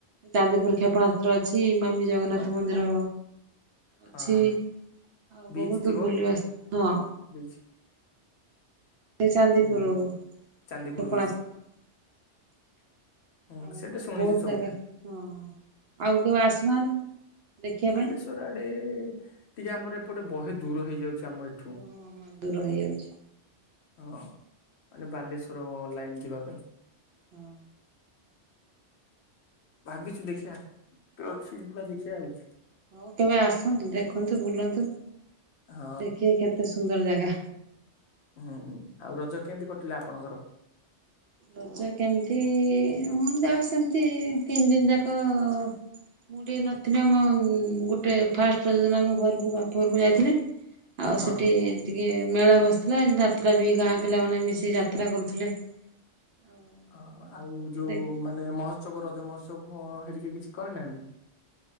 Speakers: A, on the right; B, on the left.
A: ଚାନ୍ଦିପୁର କ୍ଷେପ ପଣାସ୍ତ୍ର ଅଛି ମାମି ଜଗନ୍ନାଥ ମନ୍ଦିର ଅଛି।
B: ହଁ।
A: ଆଉ
B: ବିଚ୍
A: ବହୁତ
B: ଥିବ
A: ବୁଲିବା ସ୍ଥା ନୁହଁ।
B: <inaudible>
A: ସେ ଚାନ୍ଦିପୁରୁ
B: ହୁଁ ଚାନ୍ଦିପୁର
A: କ୍ଷେପଣାସ୍ତ୍ର
B: ବିଚ୍ ହୁଁ
A: ଆଉ
B: ସେଟା ଶୁଣିଛୁ
A: ବହୁତ
B: ସବୁ
A: ଜାଗା ହଁ ଆଉ କେବେ ଆସୁନାହାନ୍ତି? ଦେଖିବା
B: ବାଲେଶ୍ଵର
A: ପାଇଁ।
B: ଆଡେ ଟିକେ ଆମର ଏପଟେ ବହେ ଦୂର ହେଇଯାଉଛି। ଆମ ଏଠୁ
A: ଓ ହଁ ଦୂର ହେଇଯାଉଛି।
B: ହଁ ମାନେ ବାଲେଶ୍ଵର ଲାଇନ୍ ଯିବା ପାଇଁ।
A: ହଁ।
B: ଭାବିଛୁ ଦେଖିଆ ତୁ ଅଛି ଯିବା ଦେଖିଆ ଆଉ।
A: ହଉ କେବେ ଆସନ୍ତୁ ଦେଖନ୍ତୁ ବୁଲନ୍ତୁ
B: ହଁ
A: ଦେଖିବେ କେତେ ସୁନ୍ଦର ଜା ଗା।
B: ହୁଁ ହୁଁ ଆଉ ରଜ କେମିତି କଟିଲା ଆପଣଙ୍କର?
A: ରଜ କେମିତି ହୁଁ ସେମିତି ତିନି ଦିନି ଯାକ ମୁଁ ଟିକେ ନଥିଲି ଆମ ଗୋଟେ ଫାଷ୍ଟ ରଜ ଦିନ ଆମ ଘରକୁ ବାପ ଘରକୁ ଯାଇଥିଲି। ଆଉ
B: ହଁ
A: ସେଠି ଟି କେ ମେଳା ବସିଥିଲା ଯାତ୍ରା ବି ଗାଁ ପିଲାମାନେ ମିଶିକି ଯାତ୍ରା କରୁଥିଲେ। ଆଉ
B: ଅ ଆଉ
A: ଟିକେ
B: ଯୋଉ
A: ଦେଖିଲି।
B: ମାନେ ମହୋତ୍ସବ ରଜ ମହୋତ୍ସବ। ସବୁ ହେରିକା କିଛି କରିନାହାନ୍ତି?